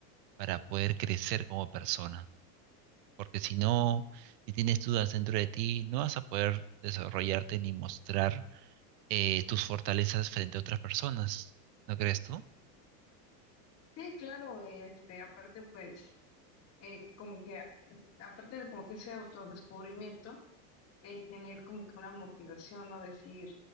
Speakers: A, on the right; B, on the left.
A: para poder crecer como persona. Porque si no, si tienes dudas dentro de ti, no vas a poder desarrollarte ni mostrar eh, tus fortalezas frente a otras personas. ¿No crees tú?
B: Sí, claro, este, aparte, pues, eh, como que, eh, aparte de como que ese autodescubrimiento, eh, tener como que una motivación, ¿no? Decir,